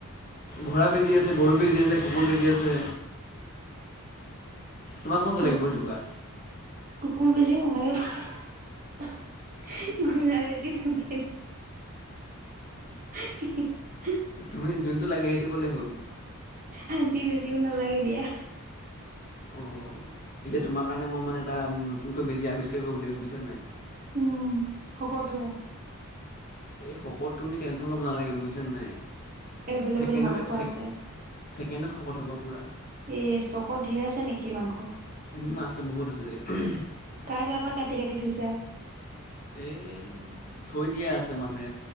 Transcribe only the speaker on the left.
ঘোঁৰা বেজি আছে গৰু বেজি আছে কুকুৰ বেজি আছে তোমাক কোনটো
লাগিব সেইটো কোৱা
তুমি যোনটো লাগে সেইটো ক'লেই হ'ল
অঁ এতিয়া তোমাৰ কাৰণে মই মানে এটা নতুনকৈ বেজি আৱিষ্কাৰ কৰিব লাগিব বুজিছেনে নাই
এই শকত তুমি টেনশন ল'ব নালাগে বুজিছা ন নাই
ছেকেণ্ডতে
ছে
ছেকেণ্ডত শকত হ'বা পূৰা
উম আছে বহুত আছে উহুম
এই থৈ দিয়া আছে মানে